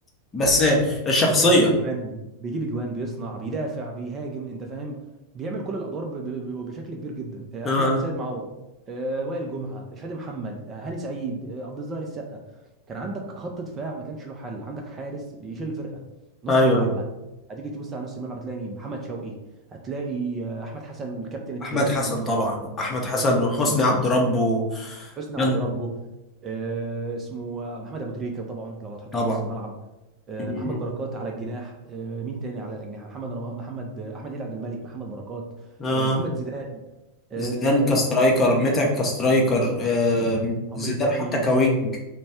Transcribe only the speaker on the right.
بيجيب اجوان بيجيب اجوان بيصنع بيدافع بيهاجم انت فاهم بيعمل كل الادوار ب- ب- بشكل كبير جدا آه،
احمد آه، سيد معوض آه، وائل جمعه شادي محمد آه، هاني سعيد آه، عبد الظاهر السقا كان عندك خط دفاع ما كانش له حل عندك حارس بيشيل الفرقه نص
الملعب
هت- هتيجي تبص على نص الملعب هتلاقي مين محمد شوقي هتلاقي آه، احمد حسن الكابتن التاريخي
لمنتخب
مصر
كابتن التاريخي
لمنتخب
مصر
حسني
عبد ربه آه، اسمه محمد ابو تريكه طبعا لو هتحطه
في نص الملعب آه،
محمد بركات على الجناح آه، مين تاني على الاجنحه محمد رم... محمد آه، احمد عيد عبد الملك محمد بركات
آه، محمد زيدان آه،
عمرو
زكي
ميدو